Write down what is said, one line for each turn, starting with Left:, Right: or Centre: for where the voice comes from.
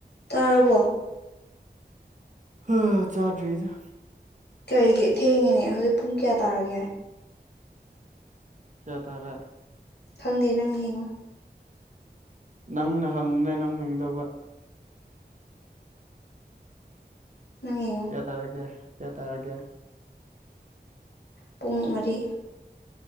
Left: ꯇꯥꯔꯕꯣ
Right: ꯍꫭꯏ ꯍꫭꯏ ꯆꯥꯗ꯭ꯔꯤꯗ
Left: ꯀꯔꯤꯒꯤ ꯊꯦꯡꯉꯤꯅꯦ ꯍꯧꯖꯤꯛ ꯄꯨꯡ ꯀꯌꯥ ꯇꯥꯔꯒꯦ
Right: ꯀꯌꯥ ꯇꯥꯔꯦ
Left: ꯈꯪꯗꯦ ꯅꯪ ꯌꯦꯡꯉꯨ
Right: ꯅꯪꯅ ꯍꯪꯕꯅꯦ ꯅꯪ ꯌꯦꯡꯗꯧꯕ
Left: ꯅꯪ ꯌꯦꯡꯉꯨ
Right: ꯀꯌꯥ ꯇꯥꯔꯒꯦ ꯀꯌꯥ ꯇꯥꯔꯒꯦ
Left: ꯄꯨꯡ ꯃꯔꯤ